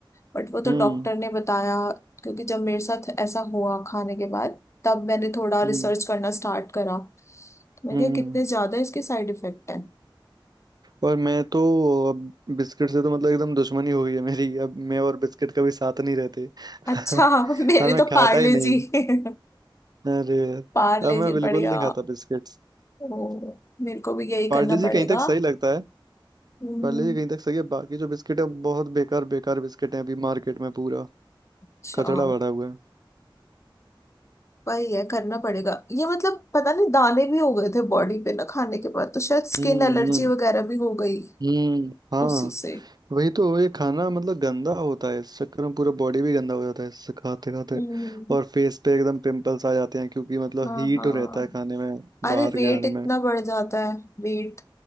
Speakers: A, on the left; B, on the right.
A: बट वो तो
B: हम्म
A: डॉक्टर ने बताया क्योंकि जब मेरे साथ ऐसा हुआ खाने के बाद तब मैंने थोड़ा रिसर्च
B: हम्म
A: करना स्टार्ट करा तो मैं
B: हम्म
A: क्या कितने ज्यादा इसके साइड इफेक्ट हैं
B: और मैं तो अब बिस्किट से तो मतलब एकदम दुश्मनी हो गई है मेरी अब मैं और बिस्किट कभी साथ नहीं रहते <laughs>
A: अच्छा <laughs>
B: अब
A: मेरे
B: मैं
A: तो
B: खाता
A: पार्ले
B: ही नहीं
A: जी <laughs>
B: अरे यार,
A: पार्ले
B: अब मैं
A: जी
B: बिल्कुल
A: बढ़िया
B: नहीं खाता बिस्किट्स
A: ओ, मेरे को भी यही
B: पार्ले
A: करना
B: जी
A: पड़ेगा
B: कहीं तक सही लगता है
A: हम्म,
B: पार्ले जी कहीं तक सही है बाकी जो बिस्किट है बहुत बेकार बेकार बिस्किट है अभी मार्केट में पूरा
A: अच्छा
B: कचड़ा भरा हुआ है
A: वही है करना पड़ेगा ये मतलब पता नहीं दाने भी हो गए थे बॉडी पे ना खाने के बाद तो शायद स्किन
B: हम्म
A: एलर्जी
B: हम्म
A: वगैरह भी हो गई
B: हम्म हाँ
A: उसी से
B: वही तो ये खाना मतलब गंदा होता है इस चक्कर में पूरा बॉडी भी गंदा हो जाता है इससे खाते खाते
A: हम्म
B: और फेस पे एकदम पिंपल्स आ जाते हैं क्योंकि मतलब
A: हाँ
B: हीट
A: हाँ
B: रहता है खाने में
A: अरे
B: बाहर
A: वेट
B: के खाने
A: इतना
B: में
A: बढ़ जाता है वेट